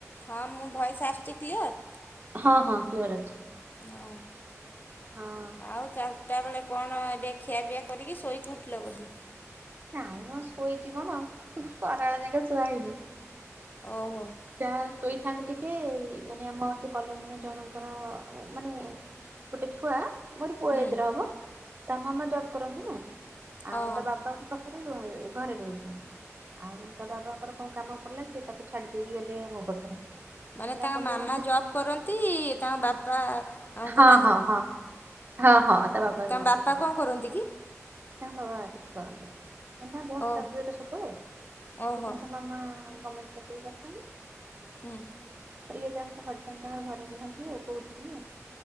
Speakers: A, on the left; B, on the right.
A: ହଁ ମୁଁ ଭଏସ୍ ଆସୁଚି କ୍ଲିଅର୍
B: ହଁ ହଁ କ୍ଲିଅର ଅଛି।
A: ଓ
B: ହଁ
A: ଆଉ ଚାରି ତା ବେଳେ କଣ ଏବେ ଖିଆପିଆ କରିକି ଶୋଇକି ଉଠିଲ ବୋଧେ
B: ନାଇଁ ମୁଁ ଶୋଇଛି କଣ କରାଳ ଯାକ ଶୁଆ ହେଇନି।
A: ଓହୋ।
B: ଯାହା ଶୋଇଥାନ୍ତି ଟିକେ ମାନେ ଆମ ସେ କଲନ ଜଣଙ୍କର ମାନେ ଗୋଟେ ଛୁଆ ମୋର ପୁଅ
A: ହୁଁ
B: ଏଦରେ ହବ ତା ମାମା ଜବ୍ କରନ୍ତି ନା ଆଉ
A: ଓହୋ
B: ତା ବାବା ପାଖରେ ର ଘରେ ରୁହେ ଆଉ ତା ବାବାଙ୍କର କଣ କାମ ପଡିଲା ସେ ତାକୁ ଛାଡି କି ଗଲେ ମୋ ପାଖରେ।
A: ମାନେ
B: କହିଲେ
A: ତା
B: ଆପଣ
A: ମାମା
B: ଟିକେ ରଖି
A: ଜବ୍ କରନ୍ତି ତାଙ୍କ ବାପା ଙ୍କ
B: ହଁ ହଁ ହଁ ହଁ ହଁ। ବାବା ରୁହନ୍ତି
A: ତା ବାପା
B: ଘରେ
A: କଁ କରନ୍ତି କି?
B: ତାଙ୍କ ବାବା କିଛି କରନ୍ତିନି। ତାଙ୍କ ଦେହ ଖରାପ
A: ଓ
B: ହୁଏ ତ ସବୁବେଳେ
A: ଓହୋ
B: ସେଥି ପାଇ ତା ମାମା ଗଲେ <unintelligible>
A: ହୁଁ।
B: ହ ଇଏ ତାଙ୍କ ହଜବେଣ୍ଡ ତାଙ୍କ ଘରେ କୁହନ୍ତି ଆଉ କୋଉଠିିନି